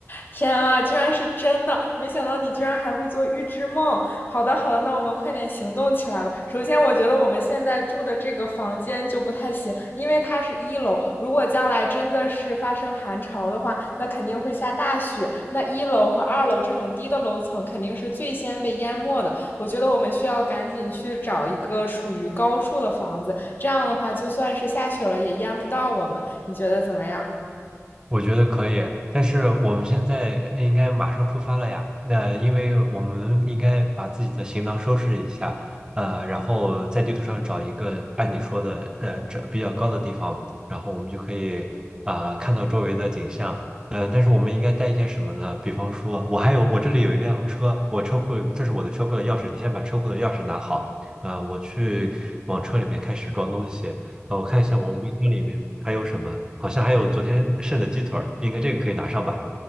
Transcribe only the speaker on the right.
我觉得可以，但是我们现在应该马上出发了呀。那因为我们应该把自己的行囊收拾一下，呃，然后在地图上找一个按你说的，呃，这比较高的地方，然后我们就可以啊、看到周围的景象。嗯、呃但是我们应该带一些什么呢？比方说，我还有我这里有一辆车，我车库这是我的车库的钥匙，你先把车库的钥匙拿好，啊、我去往车里面开始装东西。呃，我看一下我们冰箱里面还有什么，好像还有昨天剩的鸡腿儿，应该这个可以拿上吧。